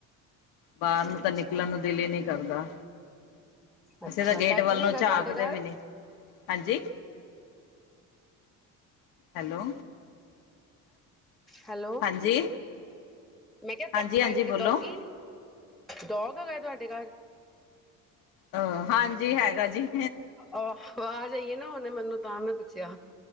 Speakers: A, on the left; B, in the centre.
A: ਬਾਹਰ ਨੂੰ
B: ਅੱਛਾ
A: ਤਾਂ ਨਿਕਲਣ ਨੂੰ ਦਿਲ ਈ ਨੀ ਕਰਦਾ
B: ਅੱਛਾ
A: ਅਸੀਂ ਤਾਂ ਗੇਟ
B: ਪੈਟ
A: ਵੱਲ
B: ਵੀ
A: ਨੂੰ
B: ਹੈਗਾ
A: ਝਾਕਦੇ
B: ਤੁਹਾਡੇ ਘਰ
A: ਵੀ ਨਹੀਂ ਹਾਂਜੀ ਹੈਲੋ
B: ਹੈਲੋ
A: ਹਾਂਜੀ
B: ਮੈਂ ਕਿਹਾ
A: ਹਾਂਜੀ
B: ਪੈਟ
A: ਹਾਂਜੀ ਬੋਲੋ
B: ਡੋਗੀ ਡੋਗ ਹੈਗਾ ਤੁਹਾਡੇ ਘਰ
A: ਅਹ ਹਾਂਜੀ ਹੈਗਾ ਜੀ
B: ਆਵਾਜ਼ ਜਾਈਏ ਨਾ ਨਾ ਮੈਨੂੰ ਤਾਂ ਮੈਂ ਪੁੱਛਿਆ